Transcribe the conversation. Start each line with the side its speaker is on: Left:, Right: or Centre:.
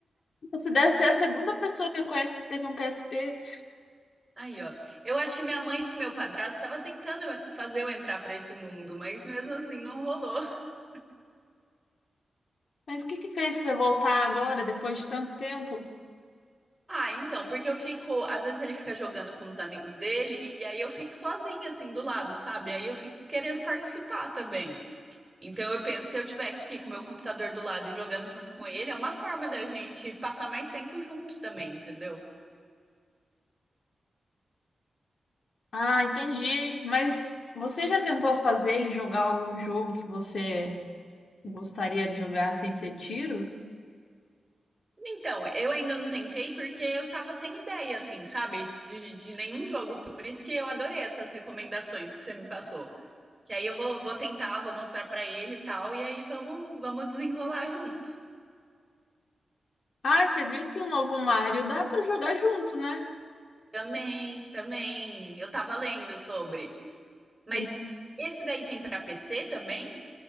Left: Você deve ser a segunda pessoa que eu conheço que teve um PSP.
Right: Aí, ó. Eu acho que minha mãe e meu padrasto estavam tentando fazer eu entrar pra esse mundo, mas mesmo assim não rolou. <laughs>
Left: Mas o que que fez você voltar agora, depois de tanto tempo?
Right: Ah, então, porque eu fico. Às vezes ele fica jogando com os amigos dele e aí eu fico sozinha, assim, do lado, sabe? Aí eu fico querendo participar também. Então eu penso, se eu tiver aqui com o meu computador do lado e jogando junto com ele, é uma forma da gente passar mais tempo junto também, entendeu?
Left: Ah, entendi. Mas você já tentou fazer ele jogar algum jogo que você gostaria de jogar sem ser tiro?
Right: Então, eu ainda não tentei porque eu tava sem ideia, assim, sabe? De, de nenhum jogo. Por isso que eu adorei essas recomendações que você me passou. Que aí eu vou, vou tentar, vou mostrar pra ele e tal, e aí vamos, vamos desenrolar junto.
Left: Ah, você viu que o novo Mario dá pra jogar junto, né?
Right: Também, também. Eu tava lendo sobre. Mas
Left: Ele...
Right: esse daí tem pra PC também?